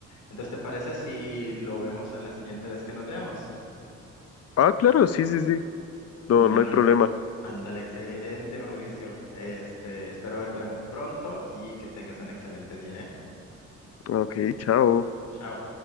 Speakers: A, on the left; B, on the left.
A: Entonces, ¿te parece si lo vemos en la siguiente vez que nos veamos?
B: Ah, claro, sí, sí, sí. No,
A: Bueno,
B: no hay problema.
A: ándale, excelente, Mauricio. Este, espero verte pronto y que tengas un excelente día, ¿eh?
B: Ok, chao.
A: Chao.